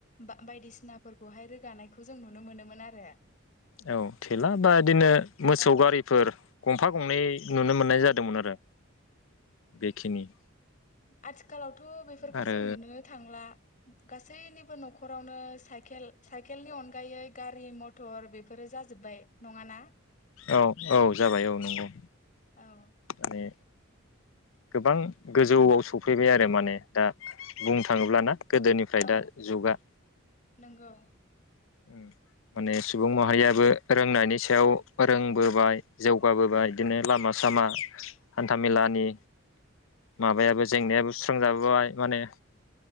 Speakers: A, on the left; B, on the left.
A: बा बायदिसिनाफोरखौहाय रोगानायखौ जों नुनो मोनोमोन आर रो
B: औ थेला बा दिनो मोसौ
A: औ
B: गारिफोर गंफा गंनै नुनो मोन मोननाय जादोंमोन आरो बेखिनि
A: आथिखालाव थ थ' बेफोरखौ
B: आरो
A: जों नुनोनो थांला। गासैनिबो न'ख खरावनो साइकेल साइकेलनि अनगायै गारि मथर बेफोरो जाजोब्बाय नङाना?
B: औ औ जाबाय औ नंगौ।
A: औ
B: माने गोबां गोजौआव सफैबाय आरो माने दा बुंनो थाङोब्लाना? गोदोनिफ्राय
A: औ
B: दा जुगा
A: नंगौ
B: ओं माने सुबुं माहारियाबो रोंनायनि सायाव रोंबोबाय जौगाबोबाय दिनो लामा सामा हान्थामेलानि माबायाबो जेंनायाबो सुस्रांजाबोबाय माने